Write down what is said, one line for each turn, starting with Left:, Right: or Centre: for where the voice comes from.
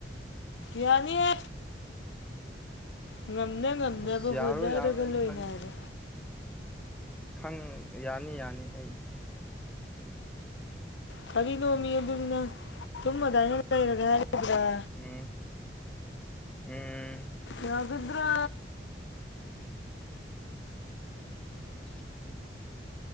Left: ꯌꯥꯅꯤꯌꯦ ꯉꯝꯅ ꯉꯝꯅꯕ
Centre: ꯑꯁ ꯌꯥꯔꯣꯏ
Left: ꯍꯣꯠꯅꯔꯒ
Centre: ꯌꯥꯔꯣꯏ ꯑꯩ
Left: ꯂꯣꯏꯅꯔꯦ
Centre: ꯈꯪꯉꯦ ꯈꯪ ꯌꯥꯅꯤ ꯌꯥꯅꯤ ꯑꯩ
Left: ꯀꯔꯤꯅꯣꯝꯃꯤ ꯑꯗꯨꯒꯤꯅꯦ ꯆꯨꯝ ꯑꯗꯨꯗꯥꯏꯅ ꯂꯩꯔꯒꯦ ꯍꯥꯏꯔꯦ ꯀꯩꯗꯧꯔꯦ
Centre: ꯎꯝ ꯎꯝ
Left: ꯌꯥꯒꯗ꯭ꯔ
Centre: <inaudible>